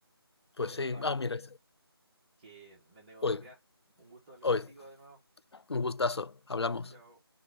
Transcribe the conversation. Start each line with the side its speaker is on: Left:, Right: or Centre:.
Left: Pues
Right: Ya
Left: sí.
Right: pues, Pablo,
Left: Ah, mira.
Right: que me debo
Left: Hoy,
Right: retirar. Un gusto hablar
Left: hoy.
Right: contigo de nuevo.
Left: Un gustazo. Hablamos.
Right: Chao, chao.